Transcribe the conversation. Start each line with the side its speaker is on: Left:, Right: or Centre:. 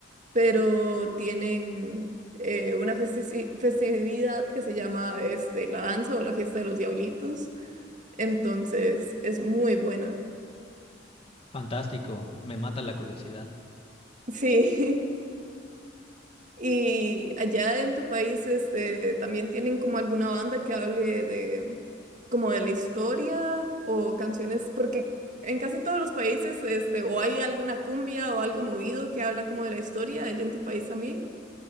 Right: pero tienen eh, una festi- festividad que se llama este, la danza o la fiesta de los diablitos, entonces es muy buena.
Left: Fantástico, me mata la curiosidad.
Right: Sí. <laughs> Y allá en tu país, este, también tienen como alguna banda que hable de como de la historia o canciones, porque en casi todos los países, este, o hay alguna cumbia o algo movido que habla como de la historia, allá en tu país también.